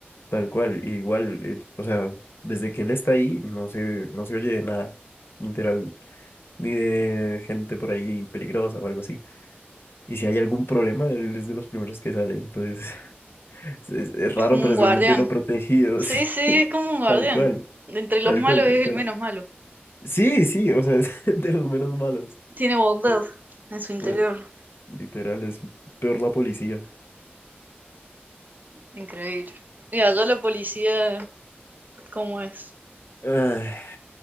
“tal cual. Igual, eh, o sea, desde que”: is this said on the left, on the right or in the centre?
Left